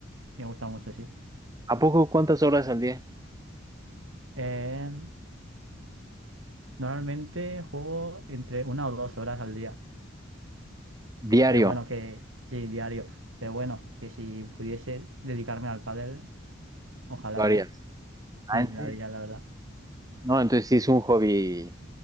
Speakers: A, on the right (about 80°); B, on the right (about 20°).
A: Me gusta mucho, sí.
B: ¿A poco cuántas horas al día?
A: Eh, normalmente juego entre una o dos horas al día.
B: Diario.
A: Pero bueno, que sí, diario. Pero bueno, que si pudiese dedicarme al pádel, ojalá,
B: Lo harías.
A: ¿eh? Sí,
B: Ah, ¿en
A: la,
B: serio?
A: ya la verdad.
B: No, entonces sí es un hobby